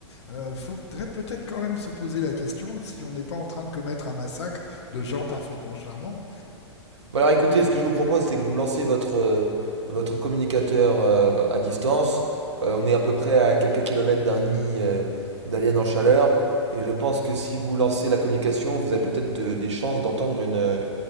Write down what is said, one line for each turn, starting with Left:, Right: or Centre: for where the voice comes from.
Left: euh, faudrait peut-être quand même se poser la question si on n'est pas en train de commettre un massacre de gens parfaitement charmants.
Right: Bon alors écoutez, ce que je vous propose, c'est que vous lancez votre, euh, votre communicateur euh, à distance. Euh, on est à peu près à quelques kilomètres d'un nid euh, d'alien en chaleur. Et je pense que si vous lancez la communication, vous avez peut-être de- des chances d'entendre une,